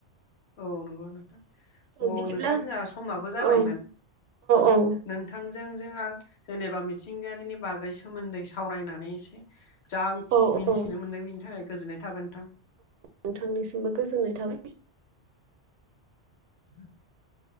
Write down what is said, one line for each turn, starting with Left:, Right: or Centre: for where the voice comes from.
Left: औ नंगौ नोंथां
Right: औ
Left: अ
Right: बिदिब्ला
Left: नोंथां जोंहा समाबो जाबायमोन
Right: औ औ
Left: नों बिथांजोंजों जेनेबा मिथिंगायारिनि बागै सोमोन्दै सावरायनानै एसे जा आं
Right: औ
Left: मिन्थिनो
Right: औ
Left: मोन्दों बिनि थाखाय गोजोननाय थाबाय नोंथां
Right: नोंथांनिसिमबो गोजोननाय थाबाय
Left: ह <inaudible>